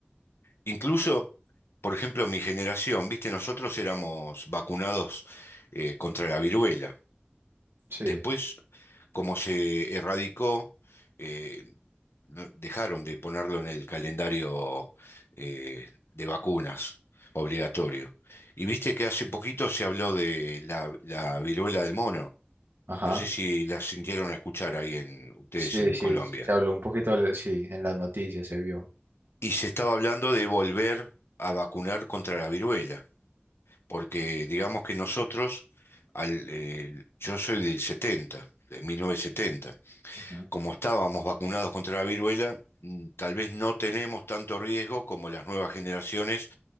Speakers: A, on the left (about 80°); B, on the right (about 70°).
A: Incluso, por ejemplo, mi generación, ¿viste? Nosotros éramos vacunados eh, contra la viruela.
B: Sí,
A: Después, como se erradicó, eh, no- dejaron de ponerlo en el calendario eh, de vacunas obligatorio. Y viste que hace poquito se habló de la, la viruela del mono.
B: ajá.
A: No sé si la sintieron a escuchar ahí en ustedes
B: Sí,
A: en
B: sí,
A: Colombia.
B: se habló un poquito, de- sí, en las noticias se vio.
A: Y se estaba hablando de volver a vacunar contra la viruela, porque digamos que nosotros, al, eh, yo soy del 70, de mil novecientos setenta.
B: Ujú.
A: como estábamos vacunados contra la viruela, mm, tal vez no tenemos tanto riesgo como las nuevas generaciones